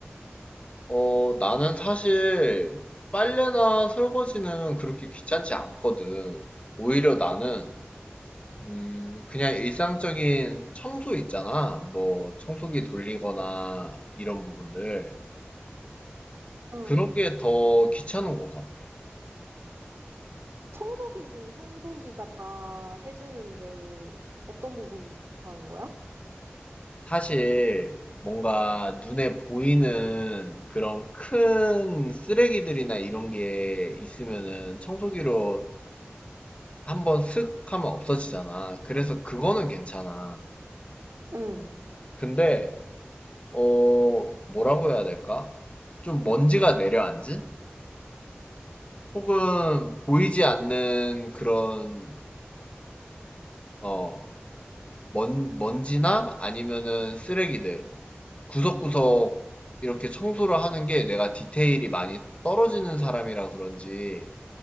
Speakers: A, on the left; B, on the right.
A: 어, 나는 사실 빨래나 설거지는 그렇게 귀찮지 않거든. 오히려 나는 음, 그냥 일상적인 청소 있잖아. 뭐, 청소기 돌리거나 이런 부분들.
B: 응.
A: 그런 게 더 귀찮은 것 같아.
B: 청소기는 청소기가 다 해주는데 어떤 부분이 귀찮은 거야?
A: 사실, 뭔가 눈에 보이는 그런 큰 쓰레기들이나 이런 게 있으면은 청소기로 한번 슥 하면 없어지잖아. 그래서 그거는 괜찮아.
B: 응.
A: 근데, 어, 뭐라고 해야 될까? 좀 먼지가 내려앉은? 혹은 보이지 않는 그런 어 먼, 먼지나 아니면은 쓰레기들 구석구석 이렇게 청소를 하는 게 내가 디테일이 많이 떨어지는 사람이라 그런지